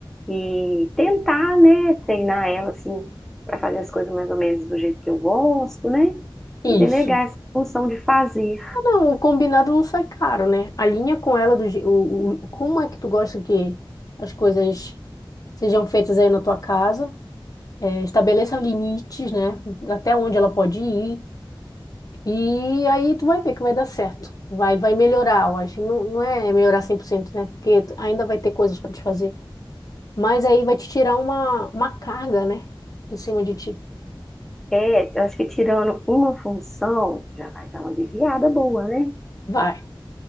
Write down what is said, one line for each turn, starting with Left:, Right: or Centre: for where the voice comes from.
Centre: e tentar, né? Treinar ela assim para fazer as coisas mais ou menos do jeito que eu gosto, né?
Left: isso.
Centre: E delegar essa função de fazer.
Left: Ah, não, o combinado não sai caro, né? Alinha com ela do, je- o, o- como é que tu gosta que as coisas sejam feitas aí na tua casa. É, estabeleça limites, né? Até onde ela pode ir. E aí tu vai ver que vai dar certo. Vai, vai melhorar, eu acho. Não, não é melhorar 100% né? Porque ainda vai ter coisas para te fazer. Mas aí vai te tirar uma, uma carga, né? De cima de ti.
Centre: É, eu acho que tirando uma função já vai dar uma aliviada boa, né?
Left: Vai,